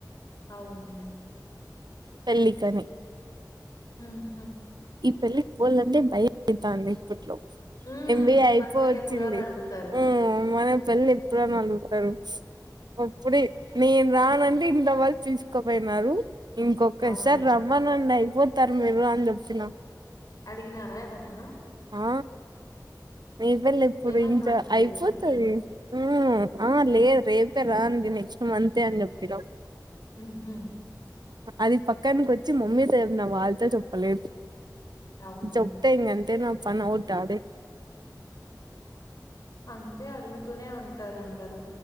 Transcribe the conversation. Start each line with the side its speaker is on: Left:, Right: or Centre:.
Left: అవుండ్లే
Right: పెళ్లి కని
Left: ఆహ
Right: ఈ పెళ్ళికి పోవాలంటే భయం అయితాంది ఇప్పట్లో
Left: హ్మ్.
Right: ఎంబిఏ అయిపోవచ్చింది
Left: మన పెళ్లెప్పుడు అని అడుగుతారు.
Right: ఊ మన పెళ్ళి ఎప్పుడని అలుగుతారు అప్పుడే నేన్ రాన్ పిల్సకపోయినారు ఇంకొకసారి
Left: అవునులే.
Right: రమ్మండి అయ్ పోతారు మీరు అన్ జొప్పిన
Left: అడిగినారా ఎవరన్నా
Right: ఆ నీపెళ్ళెప్పుడు
Left: ఏమన్నారు
Right: ఇంకా
Left: మీరు
Right: అయిపోతది ఊ ఆ లేదు రేపే రాండి నెక్స్ట్ మంతే అని జెప్పిన
Left: ఉహూ
Right: అది పక్కనికి వచ్చి మమ్మీతో చెప్పిన వాళ్ తో చెప్పలేదు
Left: అవునులే
Right: చొప్తే ఇంగంతే నాపనౌట్ ఆడే
Left: అంతే అడుగుతూనే ఉంటారు అందరూ